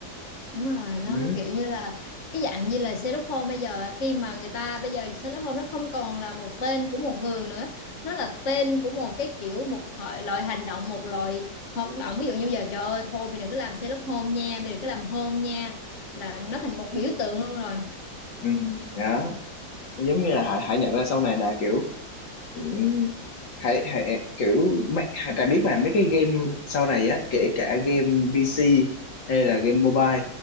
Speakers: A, on the left; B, on the left.
A: đúng rồi
B: ừ.
A: nó kiểu như là cái dạng như là Sherlock Holmes bây giờ khi mà người ta bây giờ Sherlock Holmes nó không còn là một tên của một người nữa nó là tên của một cái kiểu một hội- loại hành động một loại hoạt động ví dụ như bây giờ trời ơi thôi mày đừng có làm Sherlock Holmes nha mày đừng có làm Holmes nha là nó thành một biểu tượng luôn rồi
B: Ừ. đó giống như là Hải Hải nhận ra sau này là kiểu ừ, Hải Hải kiểu mấy- Hải Trà biết mà mấy cái game sau này á kể cả game PC hay là game mobile